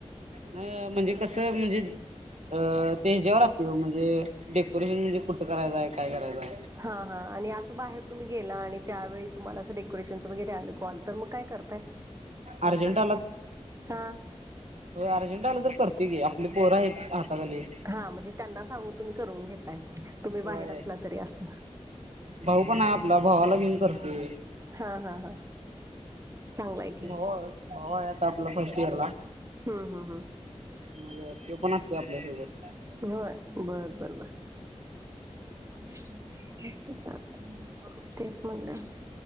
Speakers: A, on the right (about 75°); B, on the right (about 30°).
A: अ म्हणजे कस म्हणजे अ ते हच्यावर असत किंवा म्हणजे डेकोरेशन म्हणजे कुठं करायचंय काय करायचंय
B: हा हा आणि असं बाहेर तुम्ही गेला आणि त्यावेळी तुम्हाला अस डेकोरेशन वगैरे आलं कल तर मग काय करतय
A: अर्जंट
B: हा
A: हो अर्जंट आलं तर करते की आपले पोर आहेत हातााताली.
B: हा म्हणजे त्यांना सांगून तुम्ही करून घेताय तुम्ही बाहेर
A: होय
B: असला तरी असं-
A: भाऊ पण आहे आपला भावाला घेऊन करते.
B: हा हा हा चांगलाय. की
A: भावा भावा आहेता आपला फर्स्ट इयर ला-
B: हम्म हम्म हम्म.
A: मग ते पण असते आपल्यासोबत.
B: होय बरं बरं बरं. चालत चालत तेच म्हटलं.